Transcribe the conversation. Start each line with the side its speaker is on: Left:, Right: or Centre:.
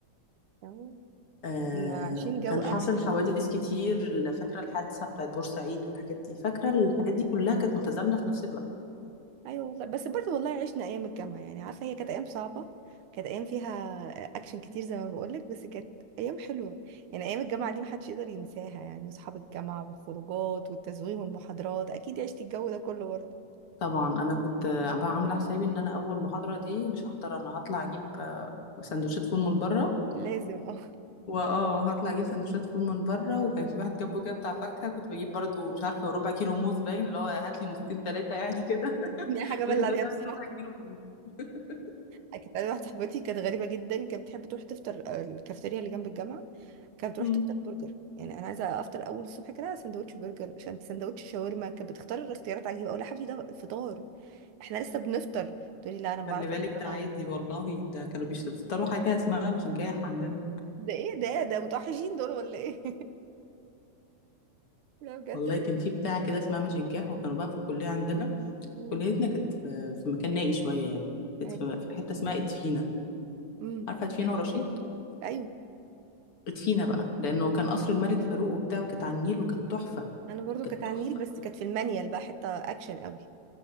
Right: تمام
Left: آه
Right: كنا عايشين
Left: وكان
Right: جو اكشن
Left: حاصل حوادث كتير فاكرة الحادثة بتاعت بورسعيد والحاجات دي فاكرة الحاجات دي كلها كانت متزامنة في نفس الوقت
Right: ايوه والله بس برضه والله عشنا ايام الجامعة يعني عارفة هي كانت ايام صعبة كانت ايام فيها اكشن كتير زي ما بقولك بس كانت ايام حلوة يعني ايام الجامعة دي محدش يقدر ينساها يعني اصحاب الجامعة والخروجات والتزويم والمحاضرات اكيد عشتي الجو ده كله برضه
Left: طبعا انا كنت آه، بقى عاملة حسابي ان انا اول محاضرة دي مش هحضر انا هطلع اجيب آه، سندوتشات فول من بره
Right: لازم اه
Left: واه هطلع اجيب سندوتشات فول من بره وكان في واحد جنبه كده بتاع فاكهه كنت بجيب برضو مش عارفه ربع كيلو موز باين اللي هو هات لي موزتين ثلاثه يعني كده
Right: <laughs>
Left: <laughs>
Right: دي حاجة بلع
Left: الراجل ده
Right: بيها
Left: هات
Right: بصراحة
Left: ربع كيلو موز <laughs>
Right: كانت انا واحده صاحبتي كانت غريبه جدا كانت بتحب تروح تفطر آه، الكافتيريا اللي جنب الجامعه كانت بتروح
Left: مم.
Right: تفطر برجر يعني انا عايزه افطر اول الصبح كده سندوتش برجر عشان سندوتش شاورما كانت بتختار اختيارات عجيبه اقول لها يا حبيبتي ده فطار احنا لسه بنفطر تقولي لا انا ما
Left: خلي
Right: بعرفش
Left: بالك
Right: افطر
Left: ده
Right: انا
Left: عادي والله ده كانوا بيفطروا حاجه اسمها مشنكاح عندنا
Right: ده ايه ده إيه؟ ده متوحشين دول ولا ايه <laughs> لا بجد
Left: والله كان في بتاع كده اسمها مشنكاح وكانوا بقى في الكليه عندنا
Right: امم
Left: كليتنا كانت في في مكان نائي شويه يعني كانت
Right: ايوه
Left: في في حته اسمها ادفينه
Right: امم
Left: عارفه ادفينه ورشيد
Right: ايوه
Left: ادفينه بقى لانه كان قصر الملك فاروق وبتاع وكانت على النيل وكانت تحفه
Right: انا برضو
Left: كانت
Right: كانت على
Left: تحفه
Right: النيل بس كانت في المانيال بقى حته اكشن قوي